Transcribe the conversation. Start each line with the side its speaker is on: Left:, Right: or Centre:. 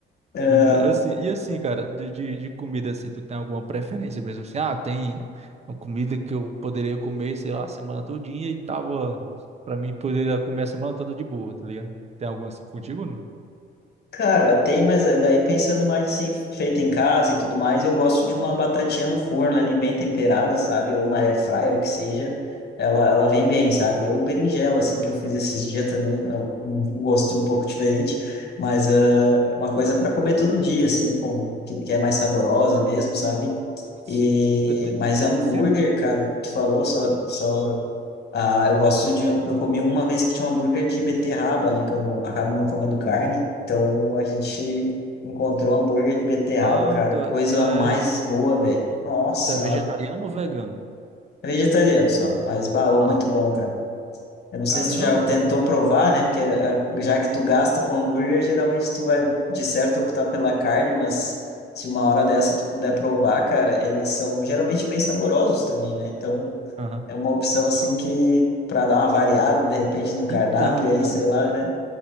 Left: Ah,
Right: pois é, assim, e assim, cara, de, de, de comida, assim, tu tem alguma preferência mesmo, assim, ah, tem uma comida que eu poderia comer, sei lá, a semana todinha e tava, pra mim, poderia comer a semana toda de boa, tá ligado? Tem alguma assim contigo, né?
Left: cara, tem, mas eh, daí pensando mais assim, feita em casa e tudo mais, eu gosto de uma batatinha no forno ali, bem temperada, sabe? Ou na air fryer, que seja. Ela,
Right: Hum,
Left: ela vem bem, sabe? Ou berinjela, assim, que eu fiz esses dias também, é um um gosto um pouco diferente, mas ah, é uma coisa para comer todo dia, assim, com, que, que é mais saborosa mesmo, sabe?
Right: sim,
Left: E,
Right: eu, te-
Left: mas hambúrguer,
Right: eu sempre,
Left: cara, tu falou, só, só Ah, eu gosto de. um- Eu comi uma vez que tinha um hambúrguer de beterraba, né? Que eu não, acabo não comendo carne. Então a gente encontrou hambúrguer de beterraba,
Right: ah,
Left: cara.
Right: tu,
Left: Coisa
Right: tu é,
Left: mais boa, velho. Nossa senhora.
Right: tu é vegetariano ou vegano?
Left: É vegetariano só, mas baú muito
Right: Ah, vegetariano,
Left: bom, cara. Eu não sei
Right: caramba,
Left: se tu já tentou
Right: caramba,
Left: provar, né? Porque eh, já que tu gasta com hambúrguer, geralmente tu vai de certo optar pela carne, mas se uma hora dessa tu puder provar, cara, eles são geralmente bem saborosos também, né? Então
Right: Aham.
Left: é uma opção assim que para dar uma variada de repente no cardápio
Right: Então,
Left: aí,
Right: cara.
Left: sei lá, né?